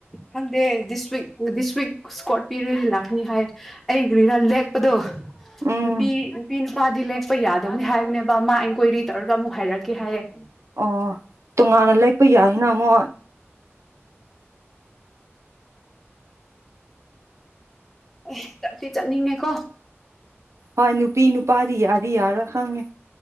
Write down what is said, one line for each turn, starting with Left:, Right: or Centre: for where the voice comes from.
Centre: ꯊꯦꯡꯪꯨ ꯗꯤꯁꯋꯤꯛ ꯗꯤꯁ ꯋꯤꯛ ꯁꯀꯣꯠ ꯄꯤꯔ ꯅꯤ ꯍꯥꯏ ꯑꯩ ꯒ꯭ꯔꯤꯔ ꯂꯦꯛꯄꯗꯣ
Right: ꯎꯝ
Centre: ꯅꯨꯄꯤ ꯅꯨꯄꯤ ꯅꯨ ꯏꯄꯥꯗꯤ ꯂꯦꯛꯄ ꯌꯥꯗꯕꯅꯤ ꯍꯥꯏꯕꯅꯦꯕ ꯃꯥ ꯏꯟꯀ꯭ꯋꯥꯏꯔꯤ ꯇꯧꯔꯒ ꯑꯃꯨꯛ ꯍꯥꯏꯔꯛꯀꯦ ꯍꯥꯏꯌꯦꯦ
Right: ꯑꯣ ꯇꯣꯉꯥꯟꯅ ꯂꯩꯄ ꯌꯥꯏ ꯏꯅꯃꯣ
Centre: ꯑꯦ ꯆꯠꯇꯤ ꯆꯠꯅꯤꯡꯉꯦꯀꯣ
Right: ꯍꯣꯏ ꯅꯨꯄꯤ ꯅꯨꯄꯥꯗꯤ ꯌꯥꯗꯤ ꯌꯥꯔꯣꯏ ꯈꯪꯉꯦ